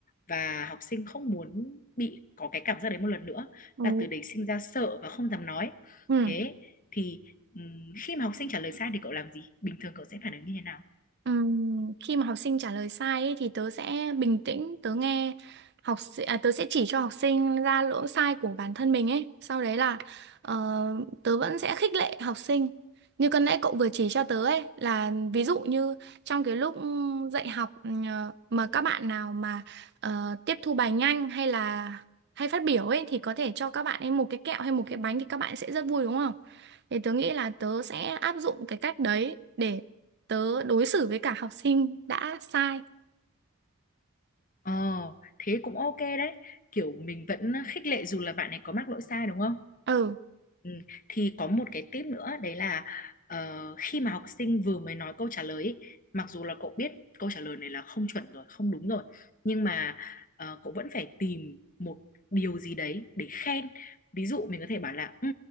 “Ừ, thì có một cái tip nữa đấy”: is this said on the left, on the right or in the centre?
Left